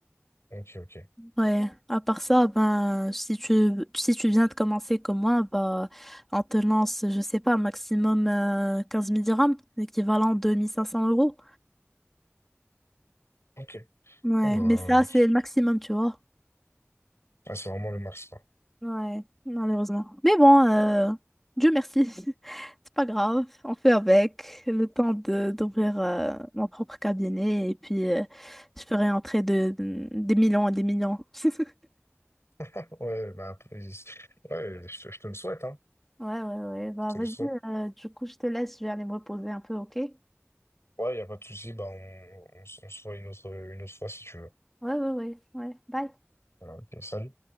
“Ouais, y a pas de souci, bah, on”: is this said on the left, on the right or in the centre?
Left